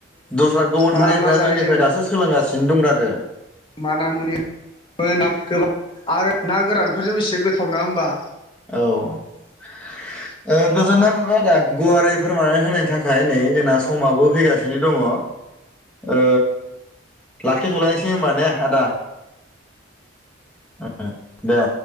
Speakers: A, in the centre; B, on the left.
A: दस्रा गुबुन
B: मा
A: हारिफ्रा
B: मा जायो
A: जोंनिफ्राय दासो सोलोंगासिनो दंथारो ।
B: मान मुनि <unintelligible> गोबां आरो ना गोरानफोरजों एसे गोथाव नङा होमबा ।
A: औ ओ गोजोननाय मोनबाय आदा गुवारै फोरमायनानै होनायनि थाखाय नै जोंना समाबो फैगासिनो दङ ओ लाखिथ'लायनोसै होमबा नेे आदा । <unintelligible> दे